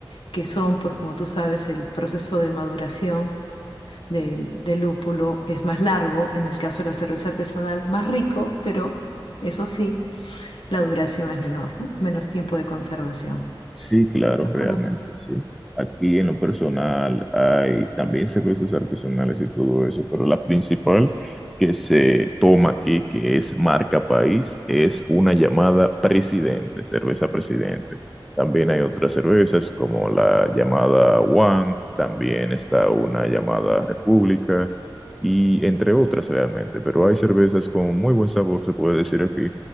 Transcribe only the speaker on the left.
que son pues, como tú sabes, el proceso de maduración del, del lúpulo es más largo, en el caso de la cerveza artesanal, más rico, pero... Eso sí, la duración es menor, ¿no? Menos tiempo de conservación.
Yo las
conozco.